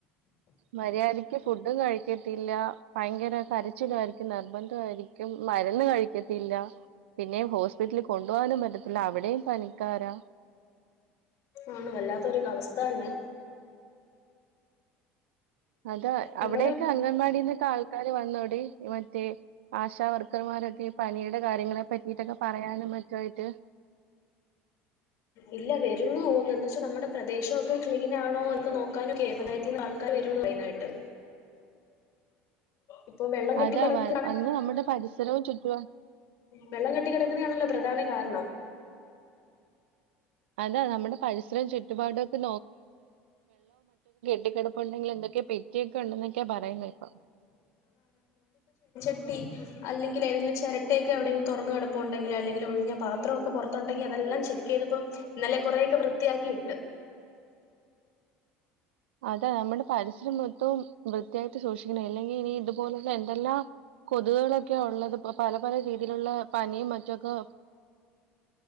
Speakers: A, on the right (about 90°); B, on the left (about 65°).
A: മര്യാദയ്ക്ക് ഫുഡും കഴിക്കത്തില്ല ഭയങ്കര കരച്ചിലായിരിക്കും നിർബന്ധായിരിക്കും മരുന്ന് കഴിക്ക ഇല്ല. പിന്നെയും ഹോസ്പിറ്റലിൽ കൊണ്ടു പോകാനും പറ്റത്തില്ല അവി ടെ പനിക്കാരാ.
B: ആണ് വല്ലാത്തൊരു അവസ്ഥ തന്നെ
A: അതാ
B: നമ്മുടെ
A: അവിടൊയെക്കെ അംഗൻവാടിന്നൊക്കെ ആൾക്കാര് വന്നോടി മറ്റേ ആശാവർക്കർമാരൊക്കെ ഈ പനിയുടെ കാര്യങ്ങളെ പറ്റീട്ടൊക്കെ പറയാനും മറ്റുമായിട്ട്
B: ഇല്ല വരുംന്ന് തോന്ന് എന്ന് വച്ചാ നമ്മുടെ പ്രദേശൊക്കെ ക്ലീനാണോന്നൊക്കെ നോക്കാനൊക്കെ പഞ്ചായത്തീന്ന് ആൾക്കാര് വരൂന്ന് പറയുന്ന കേട്ട്. ഇപ്പൊ വെള്ളം കെട്ടി
A: അതാ
B: കിടക്ക
A: വ അന്ന് നമ്മുടെ പരി <unintelligible> ചുറ്റുപാ
B: വെള്ളം കെട്ടി കിടക്കണയാണല്ലോ പ്രധാന കാരണം
A: അതാ നമ്മുടെ പരിസരവും ചുറ്റുപാടും ഒക്കെ കെട്ടിക്കെടുപ്പുണ്ടെങ്കിൽ എന്തൊക്കെയെ പെറ്റിയൊക്കെ ഉണ്ടെന്നൊക്കെയാ പറയുന്നെ ഇപ്പ
B: ട്ടി അല്ലെങ്കിൽ ഏതെങ്കിലും ചിരട്ടയൊക്കെ എവിടെങ്കിലും തുറന്നു കെടപ്പുണ്ടെങ്കിൽ അല്ലെങ്കിൽ ഒഴിഞ്ഞ പാത്രമൊക്കെ പൊറത്തുണ്ടെങ്കിൽ അതെല്ലാം ചെക്ക് ചെയ്തപ്പം ഇന്നലെ കുറേയെക്കെ വൃത്തിയാക്കി ഇട്ട്.
A: അതാ നമ്മുടെ പരിസരം മു തോ വൃത്തിയായിട്ട് സൂക്ഷിക്കണം അല്ലെങ്കിൽ ഇനി ഇതുപോലെത്തെ എന്തെല്ലാം കൊതുകുകളൊക്കെ ഉള്ള ഇ പല പല രീതിയിലുള്ള പനിയും മറ്റൊക്കെ